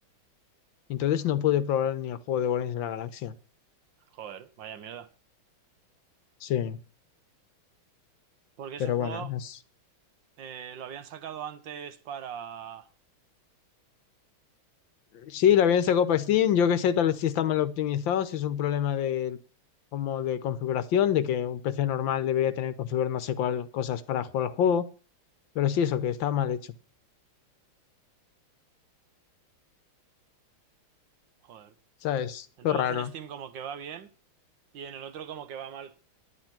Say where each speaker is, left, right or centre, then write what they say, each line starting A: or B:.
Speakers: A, on the left; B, on the right.
A: Entonces no pude probar ni el juego de Guardianes de la Galaxia.
B: Joder, vaya mierda.
A: Sí,
B: Porque
A: pero
B: ese juego
A: bueno, es...
B: eh, lo habían sacado antes para...
A: Sí, la bien sacó para Steam. Yo que sé, tal vez si está mal optimizado, si es un problema de, como de configuración, de que un PC normal debería tener configurar no sé cuál cosas para jugar al juego, pero sí eso, que está mal hecho,
B: Joder.
A: ¿sabes?
B: Entonces
A: Lo raro.
B: en Steam como que va bien y en el otro como que va mal.